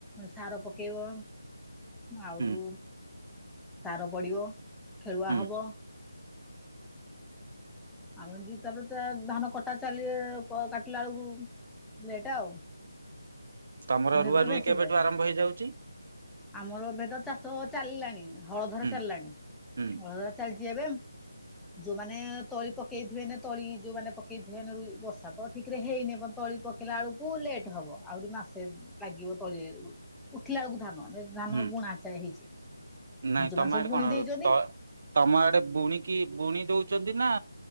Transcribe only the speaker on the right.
ହୁଁ ହୁଁ
ହୁଁ
ତମର
ରୁଆ ରୁଇ
କେବେଠୁ ଆରମ୍ଭ ହେଇଯାଉଛି
ହୁଁ
ହୁଁ
ହୁଁ
ନାଇଁ
ତମ
କଣ
ତ ତମ ବୁଣିକି ବୁଣି ଦଉଛନ୍ତି ନା